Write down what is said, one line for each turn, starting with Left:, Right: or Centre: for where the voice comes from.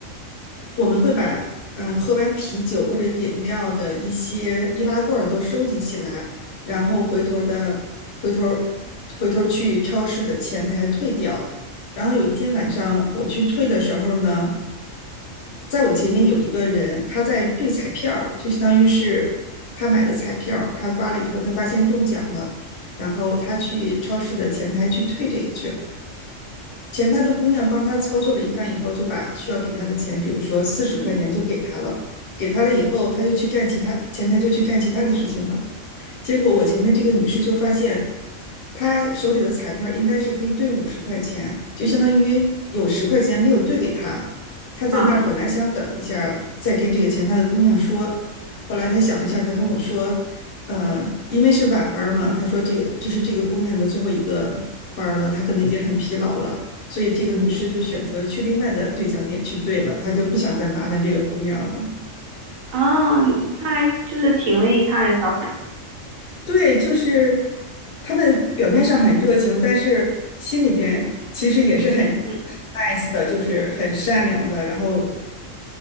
Left: 我们会把嗯喝完啤酒或者饮料的一些易拉罐都收集起来，然后回头的回头回头去超市的前台退掉。然后有一天晚上我去退的时候呢，在我前面有一个人，他在兑彩票就相当于是他买的彩票他刮了以后他发现中奖了，然后他去超市的前台去退这个去。前台的姑娘帮他操作了一番以后，就把需要给他的钱，比如说四十块钱就给他了，
Right: 嗯，
Left: 给他了以后，他就去干其他，前台就去干其他的事情了。结果我前面这个女士就发现，她手里的彩票应该是可以兑五十块钱，就相当于有十块钱没有兑给她。她在那儿本来想等一下再跟这个前台的姑娘说，
Right: 啊
Left: 后来她想了一下，她跟我说，呃，因为是晚班嘛，她说这个这是这个姑娘的最后一个班了，她可能已经很疲劳了。所以这个女士就选择去另外的兑奖点去兑了，她就不想再麻烦这个姑娘了。
Right: 啊，他还就是挺为他人着想的。
Left: 对，就是他们表面上很热情，但是心里边其实也是很很
Right: 嗯
Left: nice 的，就是很善良的。然后，